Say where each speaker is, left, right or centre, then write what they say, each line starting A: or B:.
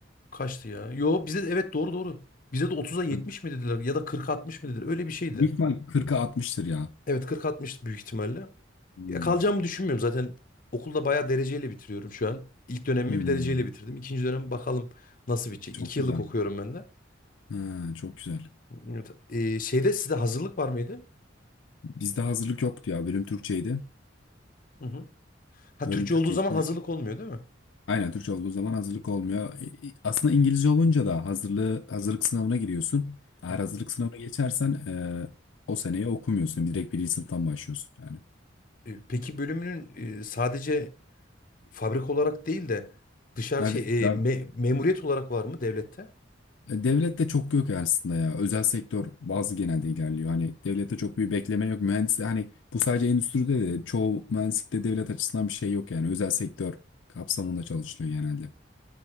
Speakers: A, on the left (about 45°); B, on the left (about 70°).
A: kaçtı ya? Yo bizde evet doğru doğru. Bize de otuz'a 70
B: 40.
A: mi dediler ya da kırk altmış mı dediler? Öyle bir şeydi.
B: Büyük ihtimal 40'a 60'tır ya.
A: Evet kırk altmış büyük ihtimalle.
B: Hmm.
A: Ya kalacağımı düşünmüyorum zaten. Okulda bayağı dereceyle bitiriyorum şu an. İlk dönemimi
B: Hmm.
A: bir dereceyle bitirdim. İkinci dönem bakalım nasıl bitecek.
B: Çok
A: İki
B: güzel.
A: yıllık okuyorum ben de.
B: Ha, çok güzel.
A: Evet. Ee, şeyde sizde hazırlık var mıydı?
B: Bizde hazırlık yoktu ya. Bölüm Türkçeydi.
A: Hı hı. Ha
B: Bölüm
A: Türkçe
B: Türkçe
A: olduğu zaman
B: işte
A: hazırlık olmuyor değil mi?
B: Aynen Türkçe olduğu zaman hazırlık olmuyor. E, e, Aslında İngilizce olunca da hazırlığı hazırlık sınavına giriyorsun. Eğer
A: Hı hı.
B: hazırlık sınavına geçersen e, o seneyi okumuyorsun. Direkt birinci sınıftan başlıyorsun yani.
A: E, Peki bölümünün e, sadece fabrika olarak değil de dışarı
B: Abi,
A: şey
B: Ya,
A: e, me- memuriyet olarak var mı devlette?
B: e, devlette çok yok aslında ya. Özel sektör bazı genelde ilerliyor. Hani devlette çok bir bekleme yok. Mühendis hani bu sadece endüstride de çoğu mühendislikte devlet açısından bir şey yok yani. Özel sektör kapsamında çalışılıyor genelde.